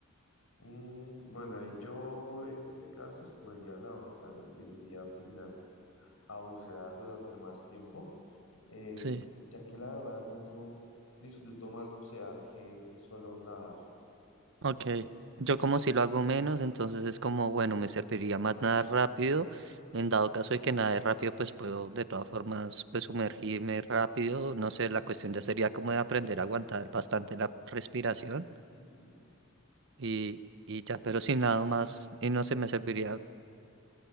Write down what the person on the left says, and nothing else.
Mm, bueno, ahí yo en este caso escogería la otra, lo que sería aprender a bucear durante más tiempo, eh,
ya que la verdad de pronto disfruto más bucear que, que solo nadar.
Ujú,